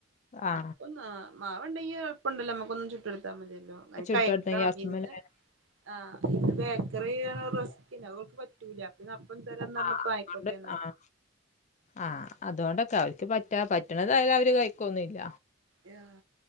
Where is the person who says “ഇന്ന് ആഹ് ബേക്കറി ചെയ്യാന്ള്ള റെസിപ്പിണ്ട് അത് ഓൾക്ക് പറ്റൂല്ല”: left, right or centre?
Right